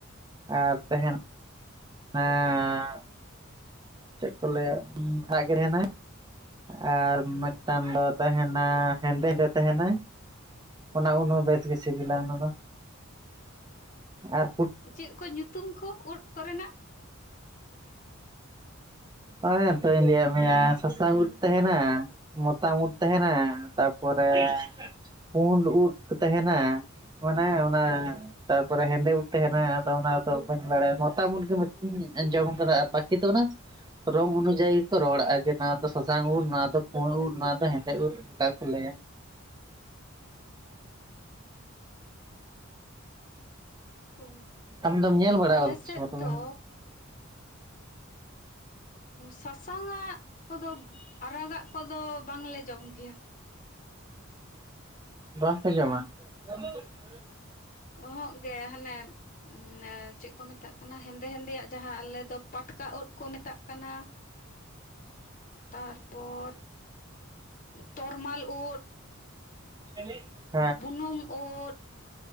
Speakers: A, on the right (about 20°); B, on the left (about 40°).
A: ᱟᱨ ᱛᱟᱦᱮᱱᱟ ᱦᱮᱸ ᱪᱮᱫ ᱠᱚ ᱞᱟᱹᱭᱟ <unintelligible> ᱟᱨ ᱢᱤᱫᱴᱟᱝ ᱫᱚ ᱛᱟᱦᱮᱱᱟ ᱦᱮᱸᱫᱮ ᱜᱮ ᱛᱟᱦᱮᱱᱟ ᱾ ᱚᱱᱟ ᱩᱞ ᱦᱚᱸ ᱵᱮᱥ ᱜᱮ ᱥᱤᱵᱤᱞᱟ ᱚᱱᱟ ᱫᱚ ᱟᱨᱼᱼ
B: ᱪᱮᱫ ᱠᱚ ᱧᱩᱛᱩᱢ ᱠᱚ ᱳᱫ ᱠᱚᱨᱮᱱᱟᱜ?
A: ᱦᱚᱸᱜᱼᱚᱭ ᱛᱚ ᱞᱟᱹᱭᱟᱜ ᱢᱮᱭᱟ ᱥᱟᱥᱟᱝ ᱩᱫ᱾ ᱛᱟᱦᱮᱱᱟ ᱢᱚᱛᱟᱢ ᱳᱫ ᱛᱟᱦᱮᱱᱟ ᱛᱟᱨᱯᱚᱨᱮᱼᱼ ᱯᱩᱸᱰ ᱩᱫ ᱠᱚ ᱛᱟᱦᱮᱱᱟ ᱢᱟᱱᱮ ᱚᱱᱟᱼᱼ ᱛᱟᱨᱯᱚᱨᱮ ᱦᱮᱸᱫᱮ ᱩᱫ ᱛᱟᱦᱮᱱᱟ ᱟᱫᱚ ᱚᱱᱟᱫᱚ ᱵᱟᱹᱧ ᱵᱟᱲᱟᱭᱟ ᱢᱚᱛᱟᱢ ᱩᱫ ᱜᱮ ᱢᱤᱫᱴᱤᱡ ᱤᱧ ᱟᱸᱡᱚᱢ ᱠᱟᱫᱟ ᱟᱨ ᱵᱟᱠᱤ ᱫᱚ ᱚᱱᱟᱼᱼ ᱨᱚᱝ ᱚᱱᱩᱡᱟᱭᱤ ᱠᱚ ᱨᱚᱲᱟᱜ-ᱟ ᱡᱮ ᱱᱚᱣᱟ ᱫᱚ ᱥᱟ ᱥᱟᱥᱟᱝ ᱩᱫ ᱱᱚᱣᱟ ᱫᱚ ᱯᱩᱲ ᱩᱞ ᱱᱚᱣᱟ ᱫᱚ ᱦᱮᱸᱫᱮ ᱩᱞ ᱚᱱᱠᱟ ᱠᱚ ᱞᱟᱹᱭᱟ ᱾
B: ᱚ
A: ᱟᱢ ᱫᱚᱢ ᱧᱮᱞ ᱵᱟᱲᱟ
B: ᱟᱞᱮ
A: ᱟᱠᱟᱫᱟ
B: ᱥᱮᱫ
A: ᱥᱮ ᱵᱟᱝ ᱛᱚᱵᱮ
B: ᱫᱚᱼᱼ ᱥᱟᱥᱟᱝ ᱟᱜ ᱠᱚᱫᱚᱼᱼ ᱟᱨᱟᱜᱟᱜ ᱠᱚᱫᱚ ᱵᱟᱝᱞᱮ ᱡᱚᱢ ᱜᱮᱭᱟ ᱾
A: ᱵᱟᱝᱯᱮ ᱡᱚᱢᱟ? <inaudible>
B: ᱚ ᱦᱚᱸᱜ ᱜᱮ ᱦᱟᱱᱮᱼᱼ ᱮ ᱪᱮᱫ ᱠᱚ ᱢᱮᱛᱟᱜ ᱠᱟᱱᱟ ᱦᱮᱸᱫᱮ ᱦᱮᱸᱫᱮᱭᱟᱜ ᱡᱟᱦᱟᱸ ᱟᱞᱮ ᱫᱚ ᱯᱟᱴᱠᱟ ᱩᱫ ᱠᱚ ᱢᱮᱛᱟᱜ ᱠᱟᱱᱟ ᱾
A: <inaudible>
B: ᱛᱟᱨᱯᱚᱨ ᱛᱚᱨᱢᱟᱞ ᱳᱫ ᱾
A: <inaudible>
B: ᱵᱩᱱᱩᱢ ᱳᱫ,